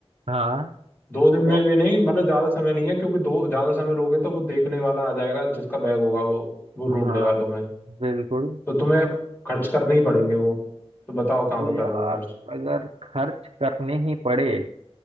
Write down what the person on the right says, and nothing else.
हाँ
तो
हाँ
बिल्कुल
तो
यार
अगर खर्च करने ही पड़े